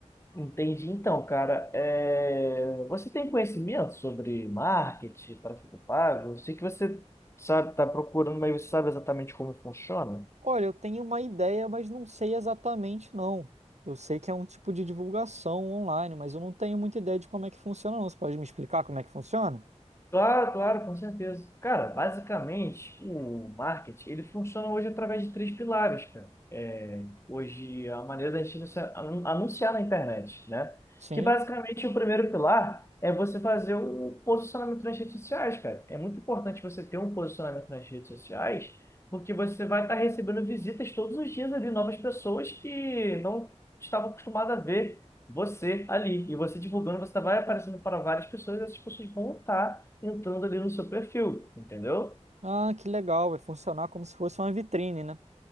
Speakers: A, on the left; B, on the right.
A: Entendi. Então, cara, é, você tem conhecimento sobre marketing, tráfego pago? Eu sei que você sabe, está procurando, mas você sabe exatamente como funciona?
B: Olha, eu tenho uma ideia, mas não sei exatamente não. Eu sei que é um tipo de divulgação online, mas eu não tenho muita ideia de como é que funciona não. Você pode me explicar como é que funciona?
A: Claro, claro, com certeza. Cara, basicamente, o marketing, ele funciona hoje através de três pilares, cara. É, hoje, a maneira da gente anunciar, anun- anunciar na internet, né?
B: Sim.
A: Que basicamente o primeiro pilar é você fazer um posicionamento nas redes sociais, cara. É muito importante você ter um posicionamento nas redes sociais, porque você vai estar recebendo visitas todos os dias ali, novas pessoas que não estavam acostumadas a ver você ali. E você divulgando, você vai aparecendo para várias pessoas, e essas pessoas vão estar entrando ali no seu perfil, entendeu?
B: Ah, que legal. Vai funcionar como se fosse uma vitrine, né?